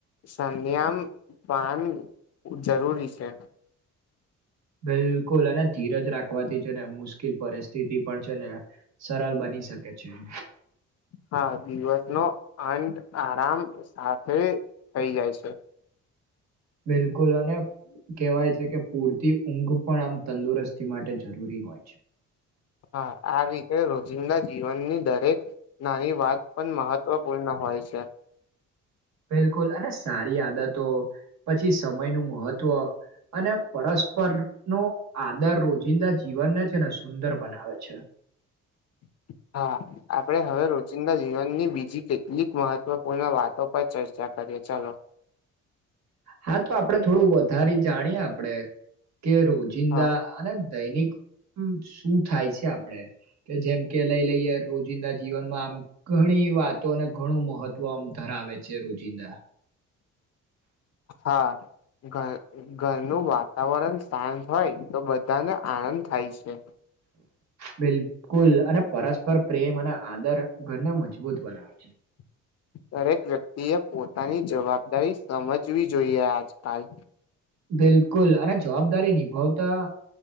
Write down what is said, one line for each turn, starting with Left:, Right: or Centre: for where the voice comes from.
Left: સંન્યામ પાન જરૂરી છે.
Right: બિલકુલ અને ધીરજ રાખવાથી છે ને મુશ્કેલ પરિસ્થિતિ પણ છે ને સરળ બની શકે છે એમ
Left: હા દિવસ નો અંત આરામ સાથે થઈ જાય છે.
Right: બિલકુલ અને કેહેવાય છે કે પૂરતી ઊંઘ પણ આમ તંદુરસ્તી માટે જરૂરી હોય છે.
Left: હા આ રીતે રોજિંદા જીવનની દરેક નાની વાત પણ મહત્વપૂર્ણ હો હોય છે.
Right: બિલકુલ અને સારી આદતો પછી સમય નું મહત્વ અને પરસ્પર નો આદર રોજિંદા જીવનને છે ને સુંદર બનાવે છે.
Left: <inaudible> હા આપડે હવે રોજિંદા જીવનની બીજી કેટલીક મહત્વપૂર્ણ વાત તો પચાસ હજાર કરીએ ચલો
Right: હા તો આપડે થોડું વધારે જાણીએ આપડે કે રોજિંદા
Left: હા
Right: અને દૈનિક શું થાય છે આપડે કે જેમ કે લઈ લઈએ રોજિંદા જીવનમાં આમ ઘણી વાતોને ઘણું મહત્વ આમ ધાર આવે છે રોજિંદા
Left: હા. ઘ ઘરનું વાતાવરણ શાંત હોય તો બધાને આનંદ થાય છે.
Right: બિલકુલ અને પરસ્પર પ્રેમ અને આદર ઘરને મજબૂત બનાવે છે.
Left: <inaudible> દરેક વ્યક્તિએ પોતાની જવાબદારી સમજવી જોઈએ આજકાલ
Right: બિલકુલ અને જવાબદારી નિભાવતા